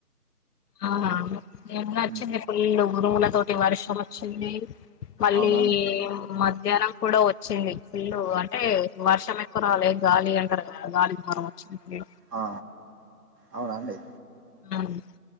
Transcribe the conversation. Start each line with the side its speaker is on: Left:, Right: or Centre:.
Left: ఆ నిన్న అచ్చింది
Right: ఉమ్
Left: ఫుల్ ఉరుముల తోటి వర్షం అచ్చింది. మళ్ళీ
Right: అవునా అండి
Left: మధ్యాహ్నం కూడా వ చ్చింది ఫుల్లు అంటే వర్షం ఎక్కువ రాలే, గాలి అంటరు కా గాలికి ధూమారం వచ్చింది.
Right: ఆ అవునా అండి.
Left: అవును